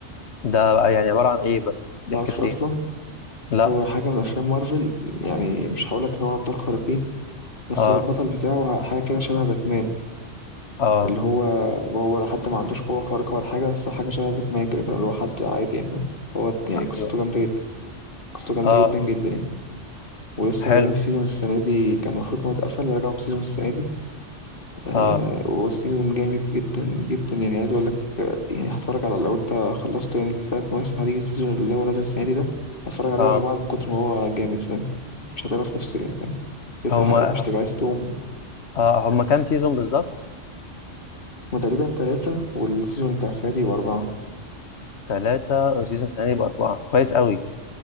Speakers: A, on the left (about 65°); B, on the left (about 45°).
A: ده بقى يعني عباره عن ايه بقى
B: متعرفش
A: بيحكي في
B: اصلا
A: ايه لا
B: هو حاجة من أفلام مارفل يعني مش هقولك إن هو أبطال خارقين بس
A: اه
B: هو البطل بتاعه حاجة كده شبه باتمان
A: اه
B: اللي هو هو حتى ما عندوش قوة خارقة ولا حاجة بس هو حاجة شبه باتمان كده فاهم اللي هو حد عادي يعني فاهم هو يعني
A: ايوه
B: قصته جامدة جدا قصته جامدة
A: اه
B: جدا جدا يعني ولسه
A: حلو
B: راجعين بسيزون السنة دي كان المفروض إن هو اتقفل رجعوا بسيزون السنة دي آه
A: اه
B: وسيزون جامد جدا جدا يعني عايز أقول لك آه، يعني هتفرج على لو أنت خلصت يعني الثلاث مواسم هتيجي السيزون اللي هو نازل السنة دي ده هتفرج عليه
A: اه
B: ورا بعض من كتر ما هو جامد فاهم مش هتعرف تفصل يعني فاهم تسع
A: هما
B: حلقات مش هتبقى عايز تقوم
A: آه هما كام سيزون بالظبط؟
B: هما تقريبا تلاتة والسيزون بتاع السنة دي يبقى أربعة
A: ثلاثة والسيزون السنة دي يبقى أربعة كويس قوي